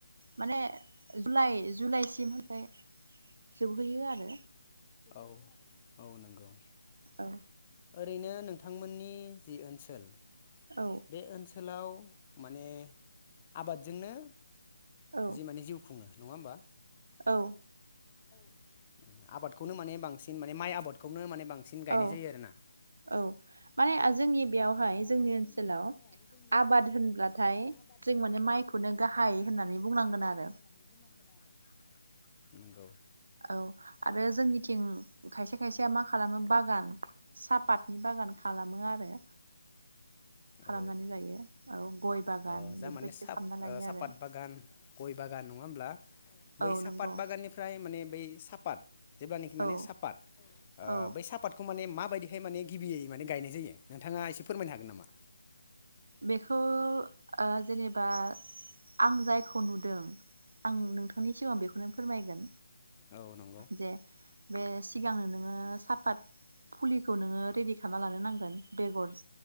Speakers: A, on the right; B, on the left.
A: माने जुलाइ जुलाइसिम ओनफ्राय जोबहैयो आरो
B: औ औ नंगौ
A: औ
B: ओरैनो नोंथांमोननि जि ओनसोल
A: औ
B: बे ओन सोलाव माने आबादजोंनो
A: औ
B: जि माने जिउ खुङो नङा होमबा
A: औ
B: औ आबादखौनो माने बांसिन माने माइ आबादखौनो माने बांसिन गायनाय
A: औ
B: जायो आरोना
A: औ माने जोंनि बेयावहाय
B: माने
A: ओनसोलाव
B: जोंनि बेयावहाय जोंनि
A: आबाद
B: ओनसोलाव
A: होनब्लाथाय
B: आबाद
A: जों
B: होनब्लाथाय
A: माने माइखौनो गाहाय
B: जों माने
A: होननानै
B: माइखौनो
A: बुंनांगोन
B: गाहाय
A: आरो
B: होननानै बुंनांगोन आरो नंगौ
A: औ आरो जोंनिथिं खायसे खायसेया मा खालामो बागान सापातनि बागान खालामो आरो खालामनानै
B: औ
A: लायो औ गय बागान
B: औ
A: बेफोरबायदिखौ
B: जा‌‌माने सा
A: खालामना लायो
B: सापात
A: आरो
B: बागान गय बागान नङा होमब्ला बै
A: औ
B: सापात
A: नंगौ
B: बागाननिफ्राय माने बै सापात जेब्लानेकि
A: औ
B: माने सापात ओ
A: औ
B: बै सातखौ माने माबायदिहाय माने गिबियै माने गायनाय जायो नोंथाङा एसे फोरमायनो हागोन नामा
A: बेखौ ओ जेनेबा आं जायखौ नुदों आं नोंथांनि सिगाङाव बेखौनो फोरमायगोन
B: औ गाव
A: जे बे सिगांनो नोङो सापात फुलिखौ नोङो रेदि खालामना लानो नांगोन बेगर